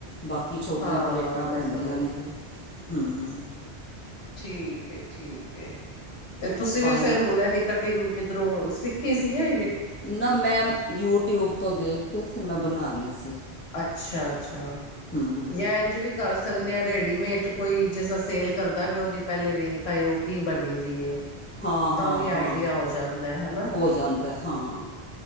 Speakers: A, on the left (about 15°); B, on the left (about 70°).
A: ਬਾਕੀ ਛੋਟੀਆਂ
B: ਹਾਂ
A: ਪਲੇਟਾਂ
B: ਮੈਂ
A: ਪੈਂਦੀਆਂ
B: ਸਮਝ
A: ਨੇ,
B: ਗਈ
A: ਹੂੰ।
B: ਠੀਕ ਏ-ਠੀਕ ਏ, ਤੇ ਤੁਸੀਂ
A: ਪਾਈ
B: ਵੀ ਫੇਰ ਹੋਣ ਐਦੀ ਕਟਿੰਗ ਕੀਦਰੋਂ ਸਿੱਖੀ ਸੀ? ਯਾ
A: ਨਾ, ਮੈਂਮ ਯੂਟਿਊਬ ਤੋਂ ਦੇਖ ਕੇ ਤੇ ਮੈਂ ਬਣਾ ਲੀ ਸੀ।
B: ਅੱਛਾ -ਅੱਛਾ,
A: ਹੂੰ
B: ਜਾਂ ਐਂੱਜ ਵੀ ਕਰ ਸਕਨੇ ਆਂ ਰੇਡੀਮੇਟ ਕੋਈ ਜੈਸਾ ਸੇਲ ਕਰਦਾ ਪੇਆ ਵੇ ਓਦੀ ਪੈਲੇ ਵੇਖ ਆਏਓ, ਕੀ ਬਣੀ ਵੀ ਐ।
A: ਹਾਂ
B: ਤਾਂ
A: ਹਾਂ
B: ਵੀ ਆਈਡੀਆ
A: ਹਾਂ
B: ਹੋ ਜਾਂਦਾ, ਹਨਾ?
A: ਹੋ ਜਾਂਦਾ ਹਾਂ